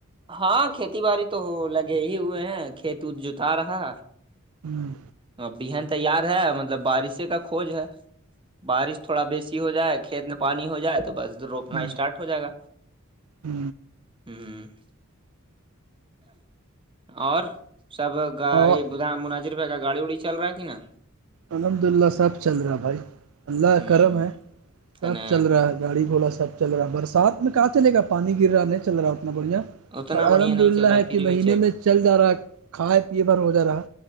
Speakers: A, on the right; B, on the right.
A: ہاں کھیتی باڑی تو لگے ہی ہوئے ہیں کھیت وت جوتا رہا
B: ہوں
A: ا بیہن تیار ہے مطلب بارش کا کھوج ہے بارش تھوڑا بیسی ہو جائے کھیت میں پانی ہو جائے تو بس ا روپنا
B: ہ
A: اسٹارٹ ہو جائے گا
B: ہ
A: ہ ہ اور سب گ
B: اور
A: ب مناظر ہے کا گاڑی وڑی چل رہا ہے کہ نا
B: الحمد للہ صب چل رہا بھائی اللہ کا
A: ہوں
B: کرم ہے سب
A: ہے نا
B: چل رہا ہے گاڑی گھوڑا سب چل رہا ہے برسات میں کہاں چلے گا پانی گر رہا نہیں چل رہا اتنا بڑھیا
A: اتنا
B: پر
A: بڑھیا
B: الحمد
A: نہیں
B: للہ
A: چل رہا پھر
B: کہ
A: بھی
B: مہینے میں چل جا رہا کھائے پیے بھر ہو جا رہا